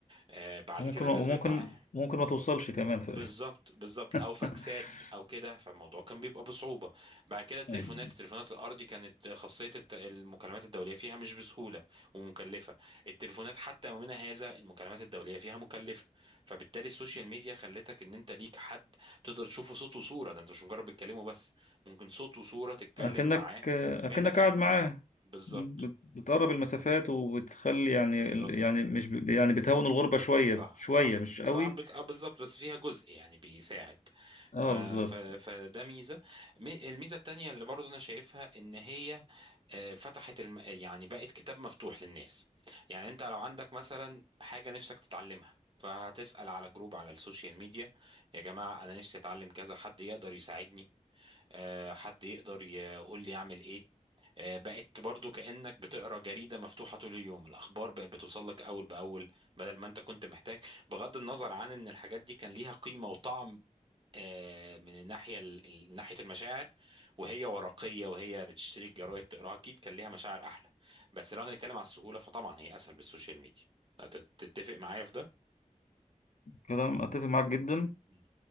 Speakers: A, on the right (about 40°); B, on the left (about 70°).
A: آه، بعد
B: ممكن
A: كده الناس
B: وممكن
A: بتتعامل
B: ممكن ما توصلش كمان في
A: بالظبط بالظبط او
B: <laughs>
A: فاكسات او كده فالموضوع كان بيبقى بصعوبه بعد كده التليفونات
B: أيوة.
A: التليفونات الارضي كانت خاصيه الت- المكالمات الدوليه فيها مش بسهوله ومكلفه التليفونات حتى يومنا هذا المكالمات الدوليه فيها مكلفه فبالتالي السوشيال ميديا خلتك ان انت ليك حد تقدر تشوفه صوت وصوره ده انت مش مجرد بتكلمه بس ممكن صوت وصوره تتكلم
B: أكنك
A: معاه
B: أكنك
A: كانك قاعد
B: قاعد معاه
A: معاه بالظبط
B: بت- بتقرب المسافات وبتخلي يعني
A: بالظبط
B: يعني مش ب- يعني بتهون الغربة شوية
A: صح
B: شوية
A: صح
B: مش قوي
A: صح بت... آه بالظبط بس فيها جزء يعني بيساعد
B: اه
A: ف...
B: بالظبط
A: ف... فده ميزة مي- الميزة التانية اللي برضو أنا شايفها إن هي آه، فتحت الم... يعني بقت كتاب مفتوح للناس يعني أنت لو عندك مثلا حاجة نفسك تتعلمها فهتسأل على جروب على السوشيال ميديا يا جماعة أنا نفسي أتعلم كذا حد يقدر يساعدني آه، حد يقدر يقول لي اعمل ايه آه، بقت برضو كأنك بتقرا جريدة مفتوحة طول اليوم الأخبار بقت بتوصل لك أول بأول بدل ما أنت كنت محتاج بغض النظر عن إن الحاجات دي كان ليها قيمة وطعم آه، من الناحية ال- ال- ناحية المشاعر وهي ورقية وهي بتشتري الجرايد تقراها أكيد كان ليها مشاعر أحلى بس لو هنتكلم على السهولة فطبعا هي أسهل بالسوشيال ميديا هت- تتفق معايا في ده؟
B: كلام أتفق معاك جدا
A: مم.